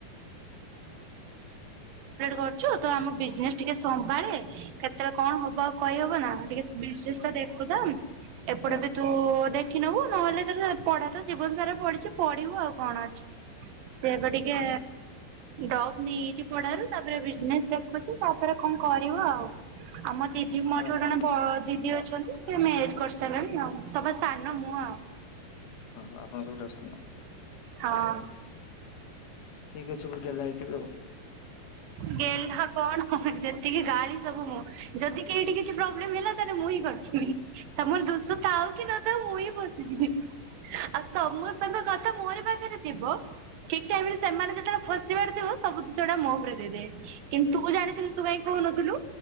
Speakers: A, on the right; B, on the left.
A: କରୁଛୁ ତ ଆମ ବିଜନେସ ଟିକେ ସମ୍ଭାଳେ କେତେବେଳେ କଣ ହବ ଆଉ କହିହବ ନା ଟିକେ ଟା ଦେଖୁଥା ଏପଟେ
B: ହୁଁ।
A: ବି ତୁ ଦେଖ ଶଖ ନେବୁ ନହେଲେ ତା ପଢ଼ା ତ ଜୀବନ ସାରା ପଢିଛି ପଢ଼ିବୁ ଆଉ କଣ ଅଛି ସେ ଏବେ ଟିକେ ଡବ ନେଇଯାଇଛି ପଢାରୁ ତାପରେ ବିଜନେସ ଦେଖୁଛି ତାପରେ କଣ କରିବ ଆଉ ଆଉ ମ ତିଠି ମୋ
B: ଓହୋ
A: ଛୋ ଜଣେ ଏ ଅଛନ୍ତି ସେ ମ୍ୟାରେଜ କରିସାରିଲାଣି ଆଉ ସଭା ସାନ ମୁହଁ ଆଉ
B: ଓ ଆପଣ ସବୁ ଟ ସାଙ୍ଗ
A: ହଁ
B: ଠିକ ଅଛି ପୁର ଗଲା ହେଇଥିବେ ଆଉ
A: ଗଲ କଣ ଯେତିକି ଗାଳି ସବୁ ମୁଁ ଯଦି କେଠି କିଛି ପ୍ରୋବ୍ଲେମ ହେଲା ତାେଲେ ମୁଁ ହିଁ ତାମର ଦୋଷ ଥାଉ କି ନଥାଉ ମୁଁ ହିଁ ବସିଛିି ଆଉ ସମସ୍ତଙ୍କ କଥା ମୋରି ପାଖରେ ଥିବ ଠିକ ଟାଇମ ରେ ସେମାନେ ଯେତେବେଳେ ଫସିବାର ଥିବ ସବୁ ଦିଷ ଟା ମୋ ଉପରେ କିନ୍ତୁ ତୁ ଜାଣିଥିଲୁ ତୁ କାଇହିଁ କହୁନଥିଲୁ